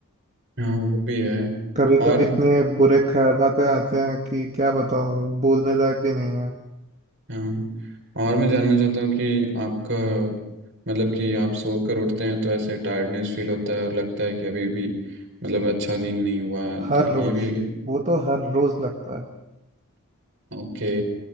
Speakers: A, on the right; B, on the right.
A: हाँ वो भी है
B: कभी
A: और
B: कभी इतने बुरे ख्याल आते हैं कि क्या बताऊँ बोलने लायक भी नहीं है
A: हाँ और मैं जानना चाहता हूँ कि आपका मतलब कि आप सो कर उठते हैं तो ऐसे टायर्डनेस फील होता है और लगता है कि अभी भी मतलब अच्छा नींद नहीं हुआ है
B: हर
A: तो ये
B: रोज़
A: भी
B: वो तो हर रोज़ लगता है
A: ओके